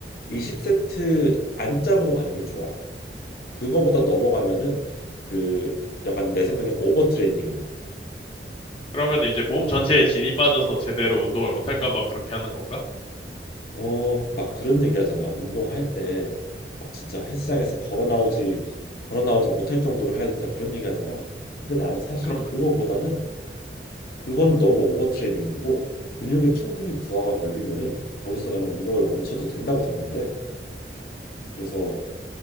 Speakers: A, on the left; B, on the left.
A: 20세트 안짝으로 가는 게 좋아. 그거보다 넘어가면은 그 약간 내 생각엔 오버트레이닝이야.
B: 그러면 이제 몸 전체에 진이 빠져서 제대로 운동을 못 할까 봐 그렇게 하는 건가?
A: 어, 막 그런 얘기 하잖아. 운동할 때 막 진짜 헬스장에서 걸어 나오지 걸어 나오지 못할 정도로 해야 된다. 그런 얘기 하잖아. 근데 나는 사실
B: 그럼
A: 그거보다는
B: 말이야.
A: 그거는 너무 오버트레이닝이고 근육에 충분히 부하가 걸리면은 거기서 나는 운동을 멈춰도 된다고 생각을 해. 그래서